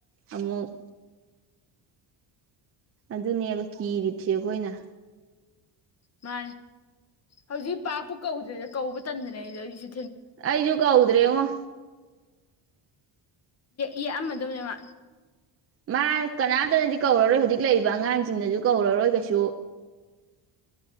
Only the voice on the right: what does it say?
ꯑꯃꯃꯨꯛ ꯑꯗꯨꯅꯦꯕ ꯀꯤꯗꯤꯁꯤꯦ ꯍꯅ
ꯑ ꯌꯨꯒ ꯍꯥꯎꯗ꯭ꯔꯦ ꯑꯣ ꯎꯝ
ꯃꯥ ꯀꯅꯥꯝꯇꯅꯗꯤ ꯀꯧꯔꯔꯣꯏ ꯍꯧꯖꯤꯛ ꯂꯩꯔꯤꯕ ꯑꯉꯥꯡꯁꯤꯡꯅꯁꯨ ꯀꯧꯔꯔꯣꯏ ꯀꯩꯁꯨ